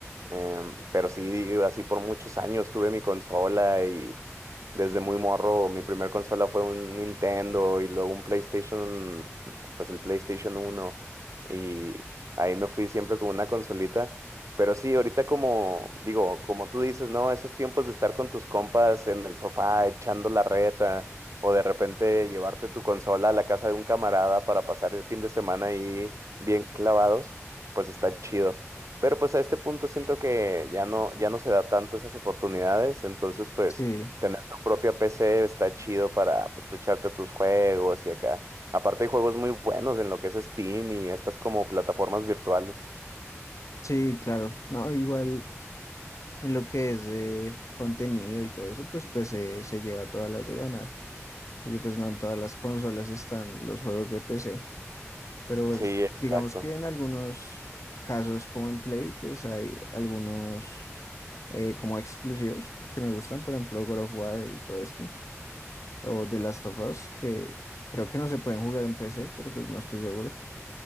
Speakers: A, on the right; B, on the left.
A: Em, pero sí, digo, así por muchos años tuve mi consola y desde muy morro mi primer consola fue un Nintendo y luego un PlayStation, pues el PlayStation uno y ahí me fui siempre con una consolita. Pero sí, ahorita como digo, como tú dices, ¿no? Esos tiempos de estar con tus compas en el sofá echando la reta o de repente llevarte tu consola a la casa de un camarada para pasar el fin de semana ahí bien clavados, pues está chido. Pero pues a este punto siento que ya no, ya no se da tanto esas oportunidades, entonces pues
B: Sí,
A: tener tu propia PC está chido para pues tú echarte tus juegos y acá. Aparte hay juegos muy buenos en lo que es Steam y estas como plataformas virtuales.
B: sí, claro. No, igual en lo que es de contenido y todo eso, pues PC se se lleva todas las de ganar, porque pues no en todas las consolas están los juegos de PC. Pero pues,
A: Sí, exacto.
B: digamos que en algunos casos como en Play, pues hay algunos eh, como exclusivos que me gustan, por ejemplo God of War y todo esto, o The Last of Us, que creo que no se pueden jugar en PC, pero pues no estoy seguro.